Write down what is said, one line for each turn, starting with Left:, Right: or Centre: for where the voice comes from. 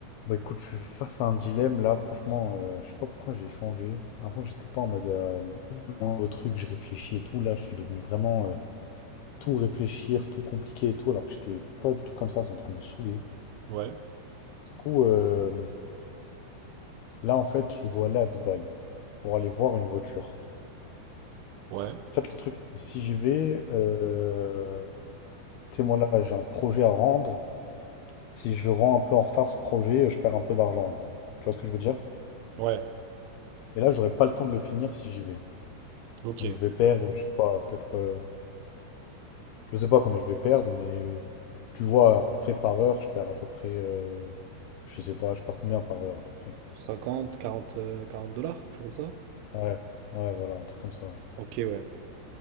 Left: Bah écoute, je suis face à un dilemme là, franchement, euh, je sais pas pourquoi j'ai changé. Avant, j'étais pas en mode euh, le truc, je réfléchis et tout. Là, je suis devenu vraiment euh, tout réfléchir, tout compliqué et tout, alors que j'étais pas du tout comme ça, c'est en train de me saouler.
Right: Ouais,
Left: Du coup, euh, là, en fait, je dois aller à Dubaï pour aller voir une voiture.
Right: ouais,
Left: En fait, le truc, c'est que si j'y vais, euh, tu sais, moi là, j'ai un projet à rendre. Si je rends un peu en retard ce projet, je perds un peu d'argent en gros. Tu vois ce que je veux dire?
Right: ouais,
Left: Et là, j'aurai pas le temps de le finir si j'y vais.
Right: ok.
Left: Donc je vais perdre, je sais pas, peut-être, euh, je sais pas combien je vais perdre, mais tu vois, à peu près par heure, je perds à peu près, euh, je sais pas, je perds combien par heure à peu près.
Right: cinquante quarante euh, 40 dollars, quelque chose comme ça?
Left: Ouais, ouais, voilà, un truc comme ça.
Right: Ok, ouais.